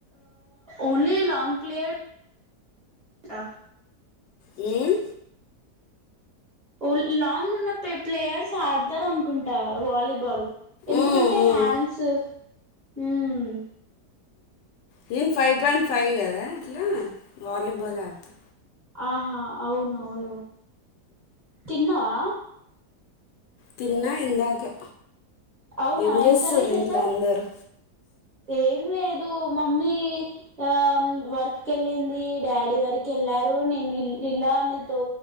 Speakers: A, on the right (about 30°); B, on the left (about 85°).
A: ఓన్లీ లాంగ్ ప్లేయర్ గా
B: మ్
A: ఓ-లాంగ్ ఉన్న ప్లే-ప్లేయర్స్ ఆడతారు అనుకుంటా వాలీబాల్ ఎందుకంటే
B: ఉమ్ ఉమ్
A: హ్యాన్స్ మ్
B: నేను ఫైవ్ పాయింట్ ఫైవ్ కదా అట్లా వాలీబాల్ ఆడతా
A: ఆహా అవును అవును తిన్నావా
B: తిన్న ఇందాకే
A: అవునా
B: ఏం చేస్తుర్రు
A: కర్రీ చేసావ్
B: ఇంట్లో అందరు
A: ఏం లేదు మమ్మీ ఆ వర్క్ కి వెళ్ళింది డాడీ వర్క్ కి వెళ్లారు నేను ఇలా నీతో